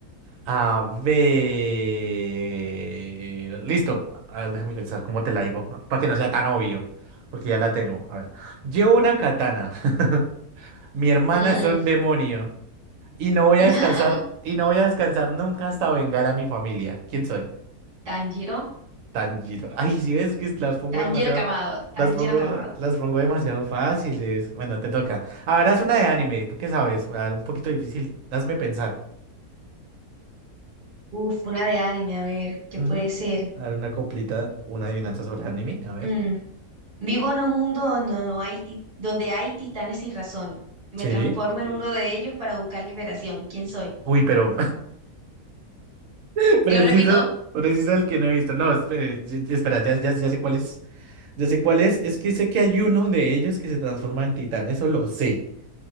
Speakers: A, on the right; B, on the right.
A: A ver. Listo. A ver, déjame pensar cómo te la digo. Para que no sea tan obvio. Porque ya la tengo. A ver. Llevo una katana. <laughs> Mi hermana
B: Mm.
A: es un demonio. Y no voy
B: <laughs>
A: a descansar. Y no voy a descansar nunca hasta vengar a mi familia. ¿Quién soy?
B: Tanjiro,
A: Tanjiro. <laughs> Ay, si ves que las pongo
B: Tanjiro
A: demasiado,
B: Kamado, Tanjiro
A: las pongo,
B: Kamado.
A: las pongo demasiado fáciles. Bueno, te toca. Ahora es una de anime, ¿tú qué sabes? A ver, un poquito difícil. Hazme pensar.
B: Uf, una de anime, a ver, ¿qué
A: Ujú.
B: puede ser?
A: A ver, una coplita, una adivinanza sobre anime, a ver.
B: Mm, Vivo en un mundo donde no hay ti- donde hay titanes sin razón. Me
A: Sí.
B: transformo en uno Sí. de ellos para buscar liberación. ¿Quién soy?
A: Uy, pero <laughs> preciso,
B: Te lo repito,
A: preciso el que no he visto. No, espere, ye- espera, ya, ya, ya sé cuál es. Ya sé cuál es. Es que sé que hay uno de ellos que se transforma en titán, eso lo sé.